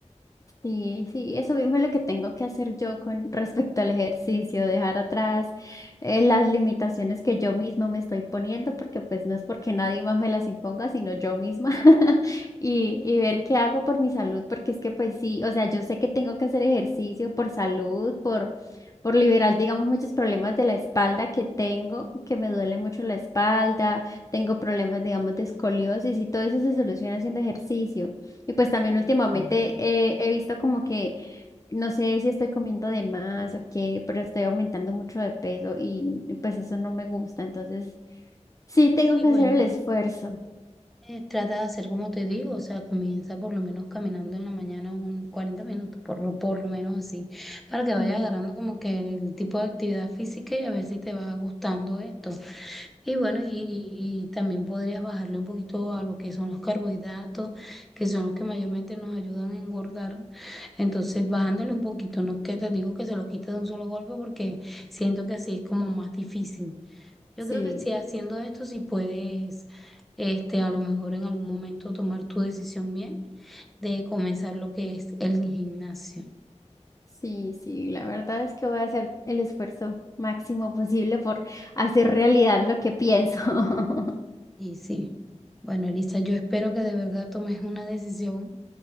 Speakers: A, on the left; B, in the centre.
A: Sí, sí, eso mismo es lo que tengo que hacer yo con respecto al ejercicio, dejar atrás eh, las limitaciones que yo misma me estoy poniendo, porque pues no es porque nadie más me las imponga, sino yo misma, <laughs> y, y ver qué hago por mi salud, porque es que pues sí, o sea, yo sé que tengo que hacer ejercicio por salud, por, por liberar, digamos, muchos problemas de la espalda que tengo, que me duele mucho la espalda, tengo problemas, digamos, de escoliosis y todo eso se soluciona haciendo ejercicio. Y pues también
B: Sí,
A: últimamente
B: sí.
A: eh, he visto como que, no sé si estoy comiendo de más o qué, pero estoy aumentando mucho de peso y y pues eso no me gusta. Entonces, sí tengo
B: Sí,
A: que
B: bueno.
A: hacer el esfuerzo.
B: Eh, trata de hacer como te digo, o sea, comienza por lo menos caminando en la mañana un 40 minutos, por, lo- por lo menos así, para que vaya
A: Mm.
B: agarrando como que el tipo de actividad física y a ver si te va gustando esto. Y bueno, y, y también podrías bajarle un poquito a lo que son los carbohidratos, que son los que mayormente nos ayudan a engordar. Entonces, bajándole un poquito, no es que te digo que se los quites de un solo golpe, porque siento que así es como más difícil. Yo
A: Sí,
B: creo que si haciendo esto, si puedes este, a lo mejor en algún momento tomar tu decisión bien de comenzar lo que es el gimnasio.
A: sí, sí. La verdad es que voy a hacer el esfuerzo máximo posible por hacer realidad lo que pienso. <laughs>
B: Y sí, bueno, Elisa, yo espero que de verdad tomes una decisión